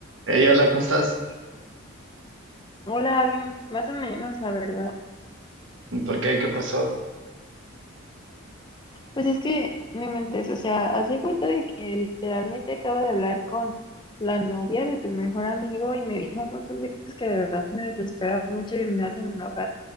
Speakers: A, on the right (about 65°); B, on the left (about 20°).
A: Hey, hola, ¿cómo estás?
B: Hola, más o menos, la verdad.
A: ¿Por qué? ¿Qué pasó?
B: Pues es que me mentes, o sea, haz de cuenta de que literalmente acabo de hablar con la novia de tu mejor amigo y me dijo un montón de cosas que de verdad me desesperan mucho y me hacen enojar.